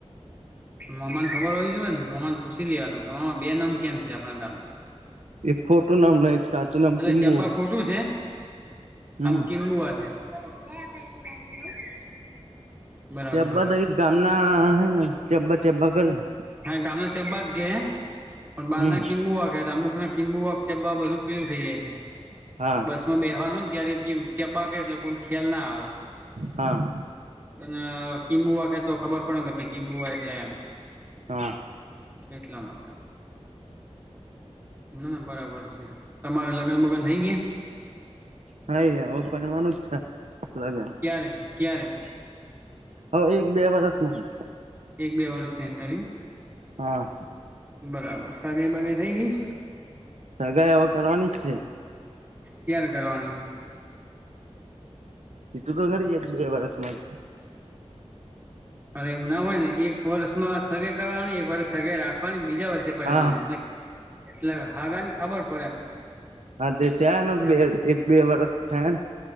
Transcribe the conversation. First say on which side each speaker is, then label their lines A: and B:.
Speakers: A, on the right; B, on the right.
A: મામાનને ખબર હોવી જોએ ને મામાન પૂછી લેવાનું કે મામા બે નામ કેમ છે આપણા ગામના?
B: એક ખોટું નામ ને એક સાચું નામ
A: એટલે
B: કિંબુ
A: ચેબ્બા
B: હ
A: ખોટું છે
B: હમ
A: આમ કિમબુઆ છે. <unintelligible> બરાબર
B: ચબ્બા તો એક ગામના હ ને ચેબ્બા ચેબ્બા કરે હે.
A: હા ગામના ચેબ્બા જ કે, પણ બારના
B: હમ
A: કિંબુઆ કે. અમુકના કીંબુઆ ચેબ્બા બધું ક્લીન થઈ જાય છે
B: હા
A: બસ. આમાં બેહવાનું હોય ને ત્યારે કિમ ચેબ્બા કે એટલે કોઈ ખ્યાલ ના આવે.
B: હા.
A: પન કિમબુઆ કે તો ખબર પડે કે ભઈ કિંબુઆ એટલે એમ.
B: હા.
A: એટલા માટે. ના ના બરાબર છે. તમારે લગ્ન બગન થઈ ગયા?
B: થઈ ગયા, અવ પયણવાનું જ છે લગન.
A: ક્યારે ક્યારે?
B: હવે એક બે વરષમાં જ.
A: એક બે વર્ષની અંદર એમ?
B: હા.
A: બરાબર સગઈ બગઈ થઈ ગઈ?
B: સગાઈ હવે કરવાની જ છે.
A: ક્યારે કરવાની?
B: કીધું તો ખરી એ બે વર્ષમાં.
A: અરે એવું ના હોય ને એક વર્ષ માં સગાઈ કરવાની એક વર્ષ સગાઈ રાખવાની બીજા વર્ષે પેણવાનું
B: હા
A: એટલે એટલે હગાની ખબર પડે એમ.
B: હા તે થયા ન
A: ચાલ
B: એક બે વરસ થયાન.